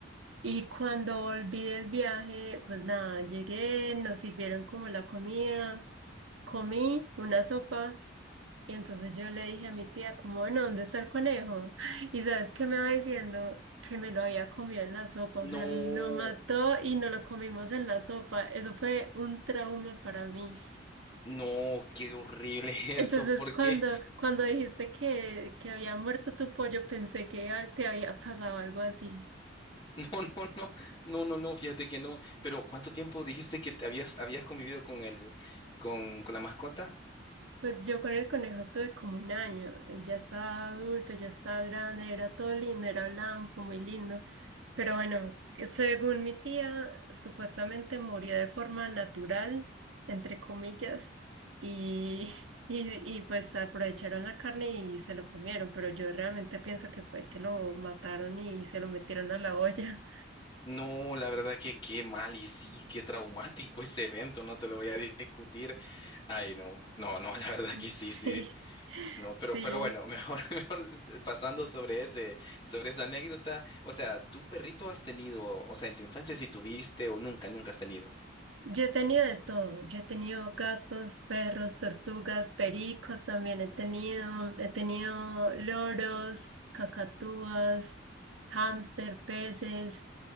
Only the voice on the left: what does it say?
No,
no, qué horrible <laughs>
eso, porque
<laughs> no, no, no, no, no, no, fíjate que no, pero ¿cuánto tiempo dijiste que te habías, habías convivido con el, con, con la mascota?
No, la verdad que qué mal y sí, qué traumático ese evento, no te lo voy a discutir. Ay, no, no, no, <laughs> la verdad
que sí, sí. No,
pero, pero bueno, mejor, <laughs> mejor este, pasando sobre ese, sobre esa anécdota. O sea, ¿tu perrito has tenido, o sea, en tu infancia si tuviste o nunca, nunca has tenido?